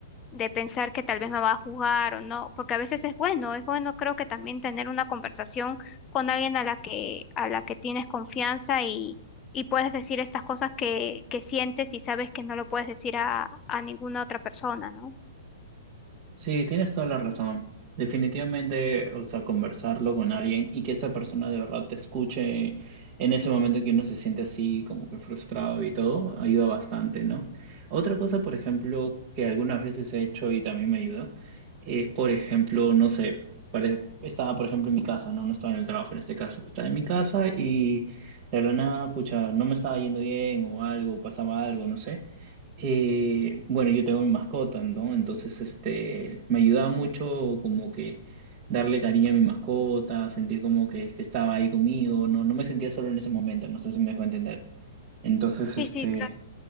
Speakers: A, on the left; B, on the right.
A: de pensar que tal vez me va a juzgar o no, porque a veces es bueno, es bueno creo que también tener una conversación con alguien a la que, a la que tienes confianza y, y puedes decir estas cosas que, que sientes y sabes que no lo puedes decir a, a ninguna otra persona, ¿no?
B: Sí, tienes toda la razón. Definitivamente, o sea, conversarlo con alguien y que esa persona de verdad te escuche en ese momento que uno se siente así como que frustrado y todo, ayuda bastante, ¿no? Otra cosa, por ejemplo, que algunas veces he hecho y también me ayuda, es, por ejemplo, no sé, pare- estaba, por ejemplo, en mi casa, ¿no? No estaba en el trabajo en este caso, estaba en mi casa y de la nada, pucha, no me estaba yendo bien o algo, pasaba algo, no sé. Eh, bueno, yo tengo mi mascota, ¿no? Entonces, este, me ayudaba mucho como que darle cariño a mi mascota, sentir como que, que estaba ahí conmigo, no, no me sentía solo en ese momento, no sé si me dejó entender. Entonces,
A: Sí,
B: este,
A: sí,